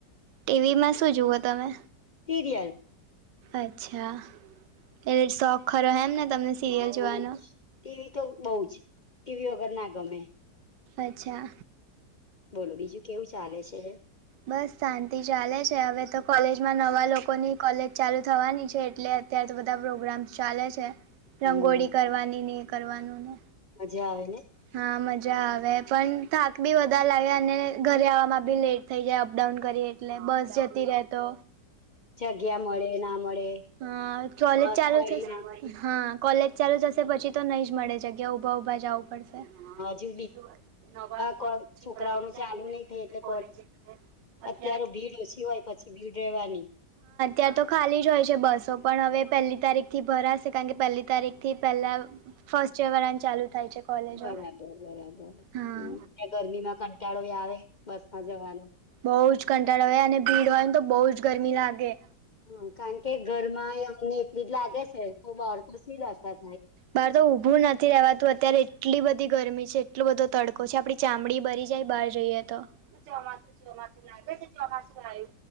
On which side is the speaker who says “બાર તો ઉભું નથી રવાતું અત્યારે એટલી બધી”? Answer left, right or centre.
Right